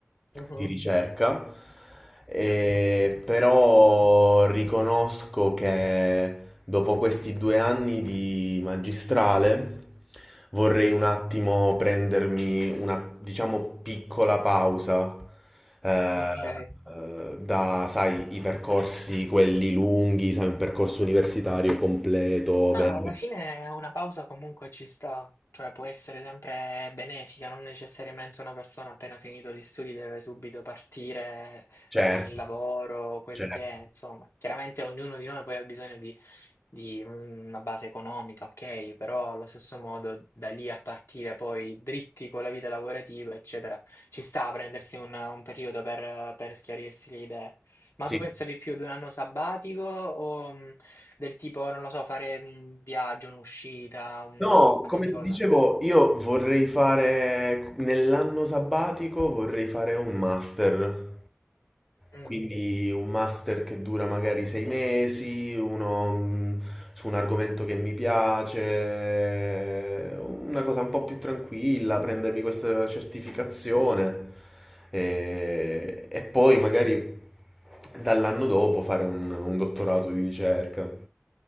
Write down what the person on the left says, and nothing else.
Mhm,
Ok.
Ma
alla fine una pausa comunque ci sta, cioè può essere sempre benefica, non necessariamente una persona appena finito gli studi deve subito partire
con il lavoro, quello
che è, insomma. Chiaramente ognuno di noi poi ha bisogno di, di una base economica, ok, però allo stesso modo da lì a partire poi dritti con la vita lavorativa, eccetera, ci sta a prendersi un, un periodo per, per schiarirsi le idee. Ma
tu pensavi più ad un anno sabbatico o... mm, del tipo, non lo so, fare un viaggio, un'uscita, un
qualsiasi
cosa.
Mm.